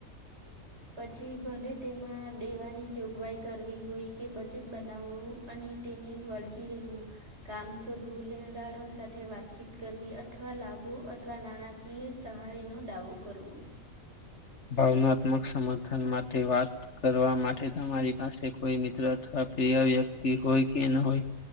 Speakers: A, on the right; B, on the left.
A: પછી ભલે તેમાં દેવાની જોગવાઈ કરવી હોય કે બજેટ બનાવવું અને તેટેની વળગી રહેું કામસોધુ લેણદાળો સાથે વાતચીત કરવી અથવા લાભો અથવા નાણાકીય ઇએ સહાયનો ડાવો કરવો
B: ભાવનાત્મક સમર્થન માટે વાત કરવા માટે તમારી પાસે કોઈ મિત્ર અથવા પ્રિય વ્યક્તિ હોય કે ન હોય શ